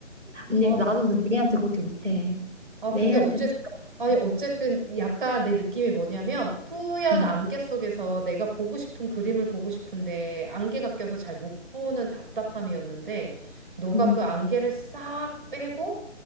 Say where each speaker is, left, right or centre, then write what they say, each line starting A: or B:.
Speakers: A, on the right; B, on the right.
A: 근데
B: 아,
A: 나도 근데 내한테 그렇게 못해.
B: 아,
A: 내한테
B: 근데 어쨌,
A: 진짜
B: 아니,
A: 못해.
B: 어쨌든 약간 내 느낌이 뭐냐면 뿌연
A: 음.
B: 안개 속에서 내가 보고 싶은 그림을 보고 싶은데 안개가 껴서 잘 못 보는 답답함이었는데 너가
A: 음.
B: 그 안개를 싹 빼고